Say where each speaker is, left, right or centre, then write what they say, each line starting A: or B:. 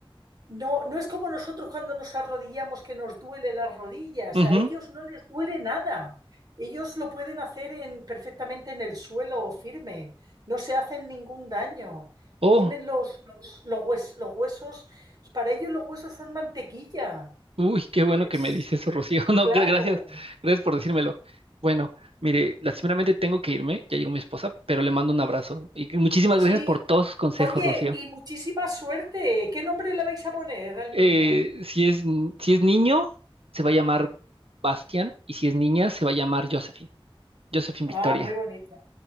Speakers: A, on the right (about 45°); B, on the right (about 80°).
A: No, no es como nosotros cuando nos arrodillamos que nos duele las rodillas,
B: Ujú.
A: a ellos no les duele nada. Ellos lo pueden hacer en, perfectamente en el suelo firme, no se hacen ningún daño.
B: Oh,
A: Tienen los, los, los hues- los huesos, para ellos los huesos son mantequilla.
B: uy, qué bueno que
A: Es-
B: me dice eso, Rocío. <laughs> No,
A: claro,
B: gra- gracias, gracias por decírmelo. Bueno, mire, lastimeramente tengo que irme, ya llegó mi esposa, pero le mando un abrazo. Y muchísimas
A: sí.
B: gracias por todos sus consejos,
A: Oye,
B: Rocío.
A: y muchísima suerte. ¿Qué nombre le vais a poner al
B: Eh,
A: niño?
B: si es, si es niño, se va a llamar Bastian y si es niña, se va a llamar Josephine. Josephine
A: Ah,
B: Victoria.
A: muy bonito.